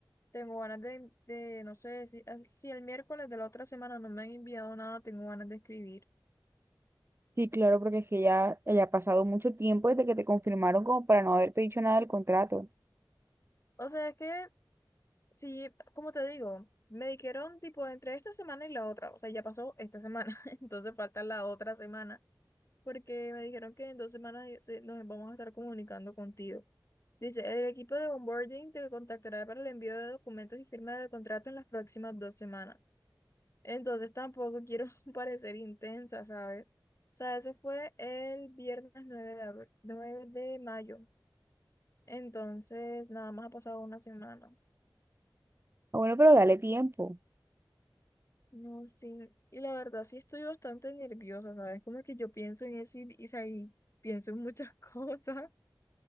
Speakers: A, on the left; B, on the right.
A: tengo ganas de, de, no sé, si, as- si el miércoles de la otra semana no me han enviado nada, tengo ganas de escribir.
B: Sí, claro, porque es que ya, ya ha pasado mucho tiempo desde que te confirmaron como para no haberte dicho nada del contrato.
A: O sea, es que, sí, como te digo, me dijeron, tipo, entre esta semana y la otra, o sea, ya pasó esta semana, <laughs> entonces falta la otra semana. porque me dijeron que en dos semanas eh, se- nos vamos a estar comunicando contigo. Dice, el equipo de onboarding te contactará para el envío de documentos y firma del contrato en las próximas dos semanas. Entonces tampoco quiero <laughs> parecer intensa, ¿sabes? O sea, eso fue el viernes nueve de abri- 9 de mayo. Entonces, nada más ha pasado una semana.
B: Ah, bueno, pero dale tiempo.
A: No, sí. Y la verdad sí estoy bastante nerviosa, ¿sabes? Como que yo pienso en eso y, y, o sea, y pienso en muchas <laughs> cosas.